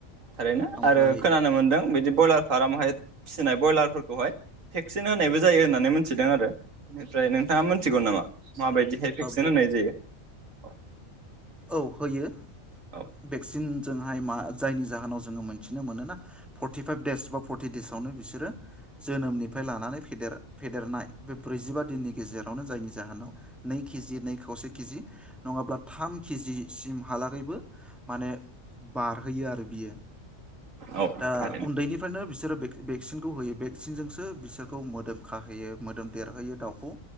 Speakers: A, on the right; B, in the centre.
A: थारैनो
B: ओमफ्राय
A: आरो खोनानो मोन्दों बिदि बयलार फारामहाय फिसिनाय बयलारफोर खौहाय थेक्स। <unintelligible> होनायबो जायो होननानै मिथिदों आरो बेनिफ्राय नोंथाङा मोनथिगौ नामा माबायदिहाय भेक्सिन
B: ओ
A: होनाय जायो? औ।
B: औ होयो
A: औ
B: भेक्सिन जोङो। मा जायनि जाहोनाव जोङो मोनथिनो मोनोना फरटिफाइभ देस बा फरटि देसावनो बिसोरो जोनोमनिफ्राय लानानै फेेर फेदेरनाय बे ब्रैजिबा दिननि गेजेरावनो जायनि जाहोनाव नै केजि नै खावसे केजि नङाब्ला थाम केजि सिमहालागैबो माने बारहोयो आरो बियो
A: औ
B: दा
A: थारैनो
B: उन्दैनिफ्रायनो बिसोर बिसोरो भेक्सिनखौ होयो भेक्सिनजोंसो बिसोरखौ मोदोम खाहोयो मोदोम देरहोयो दाउखौ